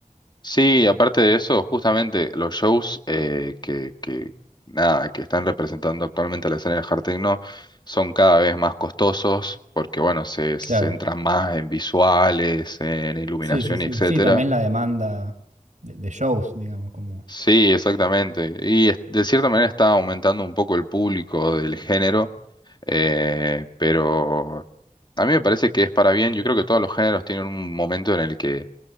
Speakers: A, on the left; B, on the right.
A: Sí, aparte de eso, justamente los shows eh, que, que, nada, que están representando actualmente la escena del hard techno son cada vez más costosos porque, bueno, se centran
B: Claro.
A: más en visuales, en iluminación
B: Sí, sí, sí.
A: y etcétera.
B: Sí, también la demanda de, de shows, digamos, como...
A: Sí, exactamente. Y es- de cierta manera está aumentando un poco el público del género, eh, pero a mí me parece que es para bien. Yo creo que todos los géneros tienen un momento en el que